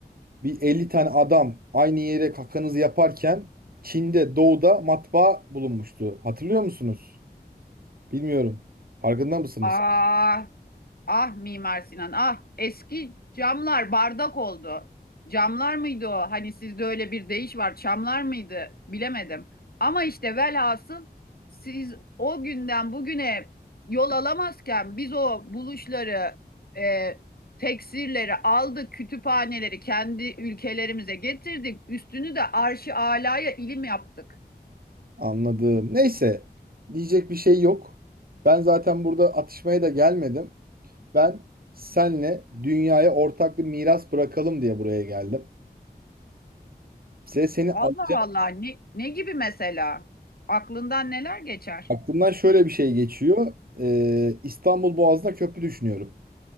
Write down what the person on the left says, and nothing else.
Ah, ah Mimar Sinan, ah eski camlar bardak oldu. Camlar mıydı o? Hani sizde öyle bir deyiş var, çamlar mıydı? Bilemedim. Ama işte velhasıl siz o günden bugüne yol alamazken biz o buluşları, e, teksirleri aldık, kütüphaneleri kendi ülkelerimize getirdik. Üstünü de arş-ı alaya ilim yaptık.
Allah
Allah ne, ne gibi mesela? Aklından neler geçer?